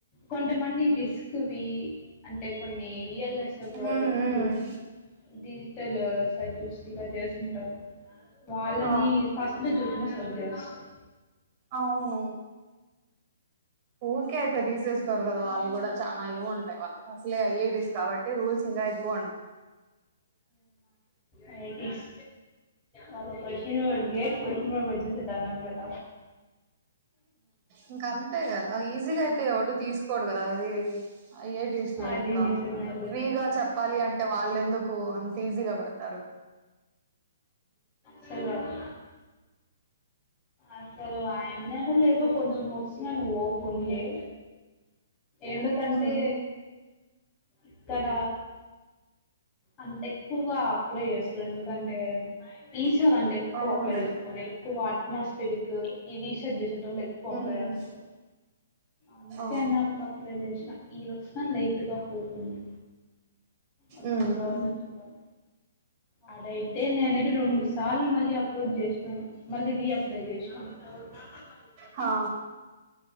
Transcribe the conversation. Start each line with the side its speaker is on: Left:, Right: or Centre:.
Left: కొంతమంది రిస్క్వి అంటె కొన్ని రియల్ ఎస్సేవి ప్రాజెక్ట్స్
Right: మ్మ్ మ్మ్
Left: డిజిటల్ సర్క్యూట్స్ డివైడ్ చేసుంటావు. వాళ్ళని
Right: ఆ
Left: పర్సంటేజ్ దొరుకిన సెలెక్ట్ చేసేస్తారు.
Right: అవును ఊరికే అయితే తీసేసుకోరు కదా వాళ్ళు కూడ చాల ఇవి ఉంటాయి వాళ్ళు అసలే ఐఐటీస్ కాబట్ టి రూల్స్ ఇంకా ఎక్కువ ఉంటాయి.
Left: ఐఐటీస్ వాళ్ళ question paper GATE question paper చూస్తే దండం పెట్
Right: ఇంకా అంతే కదా ఈజిగా అయితే ఎవడు తీసుకు కోడు కదా అది ఐ ఐ టీస్ లో
Left: అది
Right: ఇంకా
Left: నిజమేలే
Right: ఫ్రీగా చెప్పాలి అంటే వాళ్ళెందుకు అంత ఈజీగా పడతారు
Left: సేలవార్ అసలు <unintelligible> లేదు కొంచెం వస్తుంది అని హోప్ ఉంది ఎందుకంటే
Right: ఉమ్
Left: ఇక్కడ అంత ఎక్కువగా అప్లై చేస్తారు ఎందుకంటే ఈస్ట్ అంటే ఎక్కువ
Right: అవునులే
Left: అప్లై చేసుకోరు ఎక్కువ అట్మాస్ పెరుకు అది ఈ రీసెర్చ్ చేసెటోళ్ళు ఎక్కువ అప్లై
Right: ఉమ్
Left: చేస్తారు అందుకేన్న
Right: ఆ
Left: అప్లై చేసిన ఈ దోస్తున్ లే కొద్దిగా హోప్ ఉంది వచింది
Right: ఉమ్
Left: రాంది చూడాలి ఆడై అంటే నేనతే రెండు సార్లు మళ్ళీ అప్లోడ్ చేసినాను మళ్ళీ రీఅప్లోడ్ జేసినాను
Right: హా